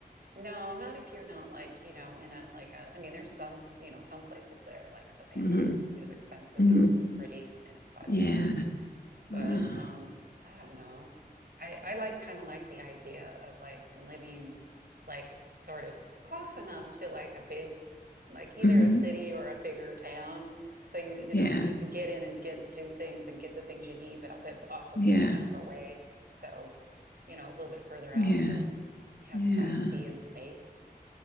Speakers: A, on the right (about 65°); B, on the left (about 70°).
A: no, not if you're not like, you know, in a like a, I mean, there's some, s- you know, some places there like Savannah
B: hmm
A: is expensive.
B: hmm
A: It's really pretty and it's by the
B: Yeah.
A: water. but
B: Oh,
A: um I don't know. I I like kind of like the idea of like living like sort of close enough to like a big like either
B: hmm
A: a city or a bigger town so you you
B: Yeah.
A: know so you can get in and get do things and get the things you need but uh, but also
B: Yeah.
A: being kind of away so you know a little bit further out
B: Yeah.
A: so you have
B: Yeah.
A: privacy and space.